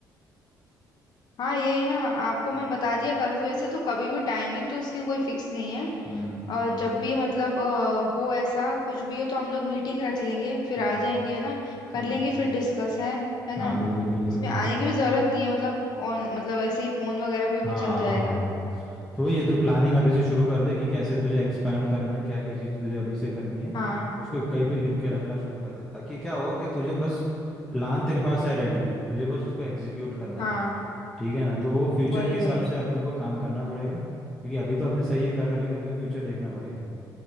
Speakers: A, on the left; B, in the centre.
A: हाँ यही ना आपको मैं
B: हम्म
A: बता दिया करूंगी वैसे तो कभी भी टाइमिंग तो इसकी कोई फिक्स नहीं है
B: हम्म
A: अ, जब भी मतलब अ, हो ऐसा कुछ भी हो तो हम लोग मीटिंग रख लेंगे फिर
B: हम्म
A: आ जाएंगे है ना कर
B: हम्म।
A: लेंगे फिर डिस्कस है है
B: हाँ
A: ना
B: बिल्कुल बिल्कुल
A: इसमें
B: बिल्कुल
A: आने की भी जरूरत नहीं है मतलब ऑन मतलब ऐसे ही फोन वगैरह पे भी
B: हाँ
A: चल
B: हाँ
A: जाएगा
B: हाँ तो वही है तो प्लानिंग अभी से शुरू कर दे कि कैसे तुझे एक्सपैंड करना है क्या क्या चीज़ तुझे अभी से करनी है
A: हाँ
B: उसको कहीं पे लिख के रखना शुरू कर दे ताकि क्या हो कि तुझे बस प्लान तेरे पास है रेडी तुझे बस उसको एग्जीक्यूट करना
A: हाँ
B: है ठीक है ना तो वो फ्यूचर
A: वही
B: के हिसाब
A: वही
B: से अपने को काम करना पड़ेगा क्योंकि अभी तो अपने सही है कर रहे हैं लेकिन अभी फ्यूचर देखना पड़ेगा